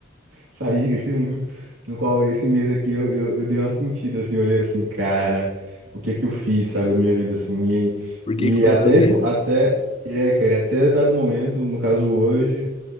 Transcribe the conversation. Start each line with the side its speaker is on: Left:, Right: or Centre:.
Right: Saí, gastei muito. No qual esse mês aqui eu, eu, eu dei uma sentida, assim, eu olhei assim, cara, o que é que eu fiz, sabe, da minha vida, assim. E,
Left: Por que que eu
Right: e
Left: fui
Right: até
Left: fazer
Right: esse, mo- até, é, cara, e até dado momento, no caso hoje,